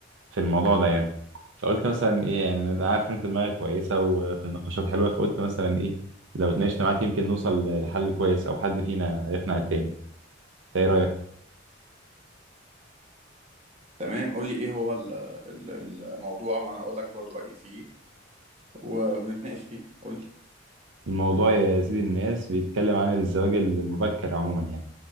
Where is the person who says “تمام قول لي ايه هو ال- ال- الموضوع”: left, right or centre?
Right